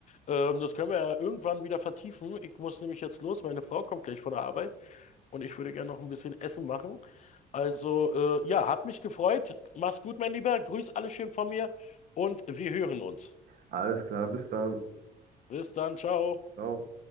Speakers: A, on the left; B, on the right.
A: Ähm, das können wir ja irgendwann wieder vertiefen. Ich muss nämlich jetzt los, meine Frau kommt gleich von der Arbeit und ich würde gerne noch ein bisschen Essen machen. Also, äh, ja, hat mich gefreut. Mach's gut, mein Lieber. Grüß alle schön von mir und wir hören uns.
B: Alles klar, bis dann.
A: Bis dann, ciao.
B: Ciao.